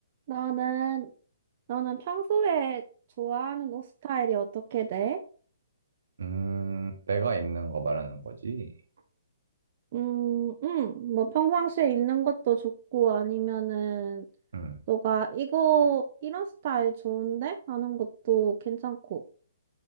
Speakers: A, on the right (about 35°); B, on the right (about 75°).
A: 너는, 너는 평소에 좋아하는 옷 스타일이 어떻게 돼?
B: 음, 내가 입는 거 말하는 거지.
A: 음, 음, 뭐 평상시에 입는 것도 좋고 아니면은
B: 음,
A: 너가 이거, 이런 스타일 좋은데? 하는 것도 괜찮고.